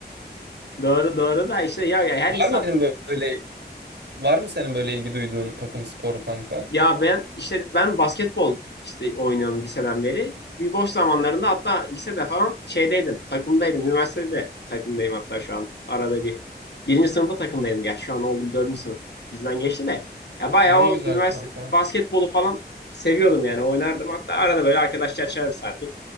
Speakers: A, on the left; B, on the right.
A: Doğru doğru da işte ya, ya her
B: Var
A: insan
B: mı benim böyle Var mı senin böyle ilgi duyduğun takım sporu kanka?
A: Ya ben işte ben basketbol işte oynuyorum liseden beri. Bir boş zamanlarında hatta lisede falan şeydeydim, takımdaydım. Üniversitede de takımdayım hatta şu an. Arada bir birinci sınıfta takımdaydım. Ya şu an oğlum dördüncü sınıf bizden geçti de. Ya bayağı
B: Ne
A: o
B: güzel
A: üniversite
B: kanka.
A: basketbolu falan seviyordum yani oynardım. Hatta arada böyle arkadaşlar çağırırız artık.